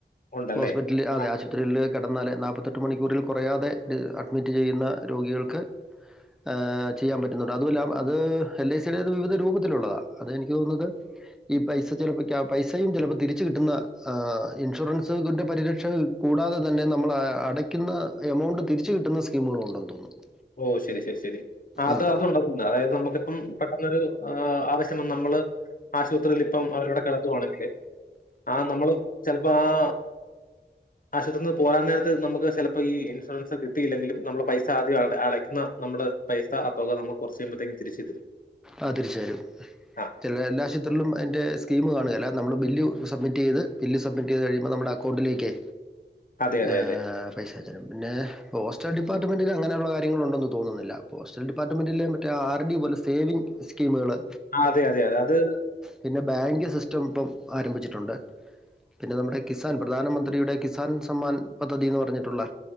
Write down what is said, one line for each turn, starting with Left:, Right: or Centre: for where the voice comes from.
Left: ഉണ്ടല്ലേ?
Centre: ഹോസ്പി അതെ
Left: ആ.
Centre: ആശുപത്രിയിൽ കിടന്നാല് നാപത്തെട്ട് മണിക്കൂറിൽ കുറയാതെ അഡ്മിറ്റ് ചെയ്യുന്ന രോഗികൾക്ക് ആ ചെയ്യാൻ പറ്റുന്നുണ്ട് അതുമല്ലാം അത് എൽ ഐ സി ടത് വിവിധ രൂപത്തിലുള്ളതാണ് അത് എനിക്ക് തോന്നുന്നത് ഈ പൈസ ചിലപ്പോ പൈസയും ചിലപ്പോ തിരിച്ചു കിട്ടുന്ന ഇൻഷുറൻസ്ന്റെ പരിരക്ഷ കൂടാതെ തന്നെ നമ്മൾ അടയ്ക്കുന്ന എമൗണ്ട് തിരിച്ച കിട്ടുന്ന സ്കീമുകളും ഉണ്ടെന്ന് തോന്നുന്നു.
Left: ഓ ശരി, ശരി, ശരി അത്
Centre: ആഹ്
Left: അത് ഉണ്ട് അത് ഉണ്ട്, അതായത് നമുക്കിപ്പം നമ്മളൊരു ആവശ്യം നമ്മള് ആശുപത്രിൽ ഇപ്പം അവരവിടെ കിടത്തുവാണെങ്കില് ആ നമ്മള് ചിലപ്പോ ആ ആശുപത്രിൽന്ന് പോരാൻ നേരത്ത് നമുക്ക് ചിലപ്പോൾ ഈ ഇൻഷുറൻസ് കിട്ടിയില്ലെങ്കും നമ്മള പൈസ ആദ്യ ആ അടക്കുന്ന നമ്മള് പൈസ ആ തുക നമ്മുക്ക് കൊറച്ച് കഴിയുമ്പഴത്തെക്കും തിരിച്ചു തരും.
Centre: ആ തിരിച്ച് തരും
Left: ആ
Centre: ചില എല്ലാ ആശുപത്രികളിലും അതിന്റെ സ്കീം കാണുകേല്ല നമ്മള് ബില്ല് സബ്മിറ്റ് ചെയ്ത് ബില്ല് സബ്മിറ്റ് ചെയ്ത് കഴിയുമ്പോ നമ്മട അ ക്കൗണ്ടിലേക്കേ
Left: അതെ അതെ
Centre: ഏഹ്
Left: അതെ.
Centre: പൈസാ തെരും, പിന്നെ പോസ്റ്റൽ ഡിപ്പാർ്മെന്റിന് അങ്ങനെയുള്ള കാര്യങ്ങളുണ്ടെന്ന് തോന്നുന്നില്ല അപ്പോ പോസ്റ്റൽ ഡിപ്പാർട്ട്മെന്റിൽ മ മറ്റേ ആർ ഡി പോലെ സേവിങ് സ്കീമുകള്.
Left: ആ അതെ അതെ അതെ അത്
Centre: പിന്നെ ബാങ്ക് സിസ്റ്റം ഇപ്പം ആരംഭിച്ചിട്ടുണ്ട്. പിന്നെ നമ്മുടെ കിസാൻ പ്രധാനമന്ത്രിയുടെ കിസാൻ സമ്മാൻ പദ്ധതി എന്ന് പറഞ്ഞിട്ടുള്ള